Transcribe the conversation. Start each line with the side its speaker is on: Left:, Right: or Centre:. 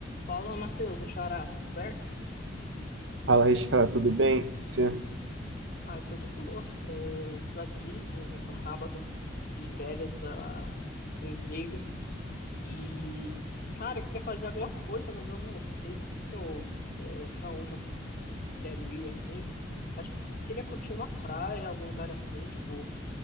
Left: Fala, Matheus, meu xará, tudo certo?
Right: Fala, Raíssa, tudo bem? Você?
Left: Ah, eu tô de boas, é, tô aqui né, nessa sábado de férias da, do emprego e, cara, eu queria fazer alguma coisa, mas eu não sei o que eu, é, pra onde eu, eu quero ir, assim. Acho que eu queria curtir uma praia, algum lugar assim, tipo,